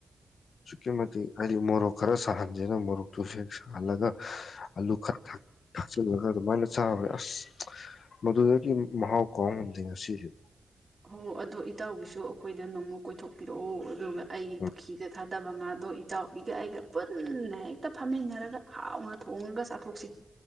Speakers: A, on the left (about 80°); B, on the right (about 30°).
A: ꯆꯀꯤꯃꯗꯤ ꯍꯥꯏꯗꯤ ꯃꯣꯔꯣꯛ ꯈꯔ ꯁꯥꯍꯟꯁꯤꯦꯅ ꯃꯣꯔꯣꯛꯇꯨꯁꯨ ꯍꯦꯛ ꯁꯥꯍꯜꯂꯒ ꯑꯂꯨ ꯈꯔ ꯊꯥꯛꯆꯤꯜꯂꯒ ꯑꯗꯨꯃꯥꯏꯅ ꯆꯥꯔꯨꯔꯦ ꯑꯁ ꯃꯗꯨꯗꯩ ꯒꯤ ꯃꯍꯥꯎ ꯀꯥꯎ ꯉꯝꯗꯦ ꯉꯁꯤꯗꯤ
B: ꯍꯣ ꯑꯗꯣ ꯏꯇꯥꯎꯒꯤꯁꯨ ꯑꯩꯈꯣꯏꯗ ꯅꯣꯡꯃ ꯀꯣꯏꯊꯣꯛꯄꯤꯔꯛꯑꯣ ꯑꯗꯨꯒ ꯑꯩꯒꯤ
A: ꯎꯝ
B: ꯄꯨꯈ꯭ꯔꯤꯗ ꯊꯥꯗꯕ ꯉꯥꯗꯣ ꯏꯇꯥꯎꯕꯤꯒ ꯑꯩꯒ ꯄꯨꯟꯅ ꯍꯦꯛꯇ ꯐꯝꯃꯤꯟꯅꯔꯒ ꯍꯥꯎꯅ ꯊꯣꯡꯉꯒ ꯆꯥꯊꯣꯛꯁꯤ